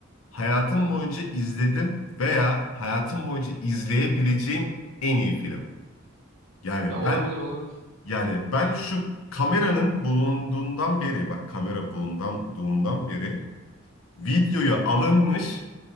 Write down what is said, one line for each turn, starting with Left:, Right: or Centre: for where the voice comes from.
Left: Hayatım
Right: evet.
Left: boyunca izledim veya hayatım boyunca izleyebileceğim en iyi film. Yani
Right: Ya olabilir
Left: ben
Right: olabilir.
Left: Yani ben şu kameranın bulunduğundan beri, bak kamera bulunduğundan beri videoya alınmış